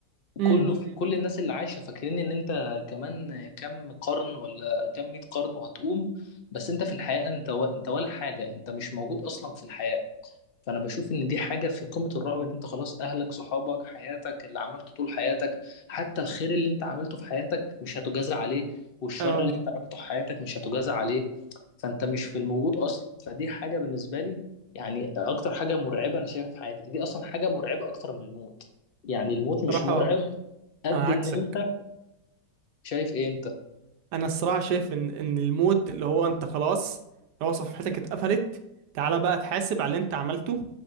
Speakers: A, on the right; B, on the left.
A: امم
B: كله كل الناس اللي عايشة فاكرين ان انت كمان كام قرن ولا كام مية قرن وهتقوم بس انت في الحقيقة انت و... انت ولا حاجة انت مش موجود اصلا في الحياة فانا بشوف ان دي حاجه في قمه الرعب ان انت خلاص اهلك صحابك حياتك اللي عملته طول حياتك حتى الخير اللي انت عملته في حياتك مش هتجازى عليه والشر
A: اه
B: اللي انت عملته في حياتك مش هتجازى عليه فانت مش في الموجود اصلا فدي حاجه بالنسبه لي يعني اكتر حاجه مرعبه انا شايفها في حياتي دي اصلا حاجه مرعبه اكتر من الموت يعني الموت مش
A: صراحه
B: مرعب قد
A: انا
B: ان
A: عكسك
B: انت شايف ايه انت
A: انا الصراحه شايف ان ان الموت اللي هو انت خلاص اللي هو صفحتك اتقفلت تعالى بقى تحاسب على اللي انت عملته